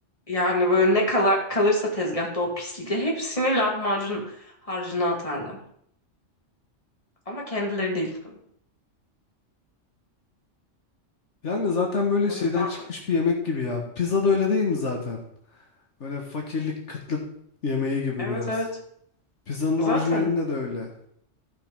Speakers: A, on the left; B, on the left.
A: yani böyle ne kala- kalırsa tezgahta o pislikle hepsini lahmacun harcına atarlar. Ama kendileri değil tabii.
B: Yani zaten böyle
A: O
B: şeyden
A: yüzden
B: çıkmış bir yemek gibi ya. Pizza da öyle değil mi zaten? Böyle fakirlik kıtlık yemeği gibi
A: evet
B: biraz.
A: evet.
B: Pizzanın
A: Zaten
B: orijinalinde de öyle.